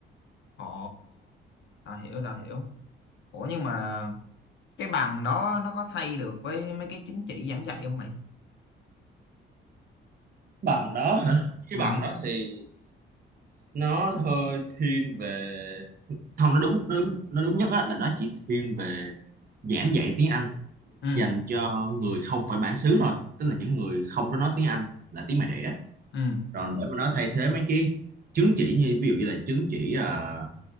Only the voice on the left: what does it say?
ồ tao hiểu tao hiểu ủa nhưng mà cái bằng đó nó có thay được với mấy cái chứng chỉ giảng dạy không mày
ừ
ừ
ừ